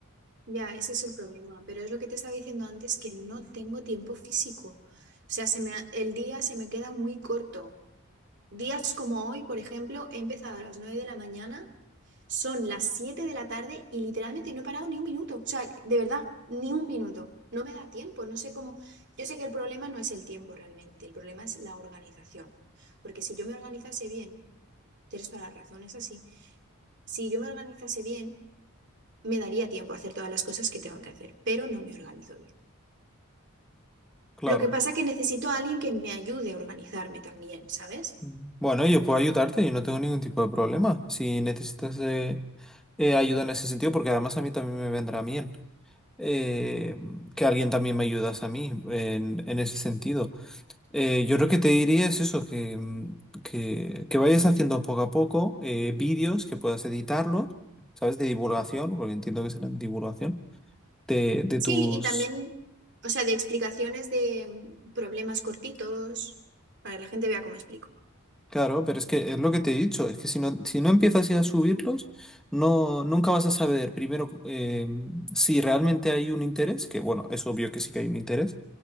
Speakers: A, on the right (about 50°); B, in the centre.
A: Ya, ese es el problema, pero es lo que te estaba diciendo antes, que no tengo tiempo físico. O sea, se me ha- el día se me queda muy corto. Días como hoy, por ejemplo, he empezado a las 9 de la mañana, son las 7 de la tarde y literalmente no he parado ni un minuto. O sea, de verdad, ni un minuto. No me da tiempo, no sé cómo. Yo sé que el problema no es el tiempo realmente, el problema es la organización. Porque si yo me organizase bien, tienes toda la razón, es así. Si yo me organizase bien me daría tiempo a hacer todas las cosas que tengo que hacer, pero no me organizo bien.
B: Claro.
A: Lo que pasa es que necesito a alguien que me ayude a organizarme también, ¿sabes?
B: Mm. Bueno, yo puedo ayudarte, yo no tengo ningún tipo de problema. Si necesitas eh, eh, ayuda en ese sentido, porque además a mí también me vendrá bien eh, que alguien también me ayudas a mí en, en ese sentido. Eh, yo lo que te diría es eso, que, mm, que, que vayas haciendo poco a poco eh, vídeos que puedas editarlos, ¿sabes? De divulgación, porque entiendo que serán de divulgación, de, de
A: Sí,
B: tus...
A: y también, o sea, de explicaciones de mm, problemas cortitos, para que la gente vea cómo explico.
B: Claro, pero es que es lo que te he dicho, es que si no, si no empiezas ya a subirlos, no, nunca vas a saber primero eh, si realmente hay un interés, que bueno, es obvio que sí que hay un interés,